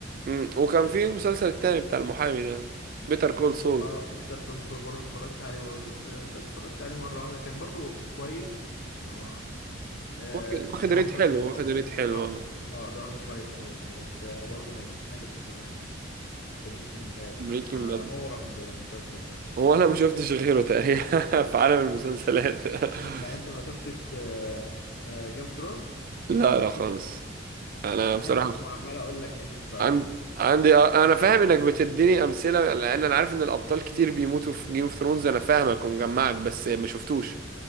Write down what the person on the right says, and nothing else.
أمم، وكان في مسلسل التاني بتاع المحامي ده بيتر كول سول
واخد
واخد ريت
حلو
واخد ريت حلو
اه
بريكنج
باد
هو انا ما شفتش غيره تقريبا <laughs> في عالم المسلسلات <laughs>
لا لا خالص انا بصراحة
عن-
عندي
آه،
انا فاهم انك بتديني امثله لان انا عارف ان الابطال كتير بيموتوا في جيم اوف ثرونز انا فاهمك ومجمعك بس ما شفتوش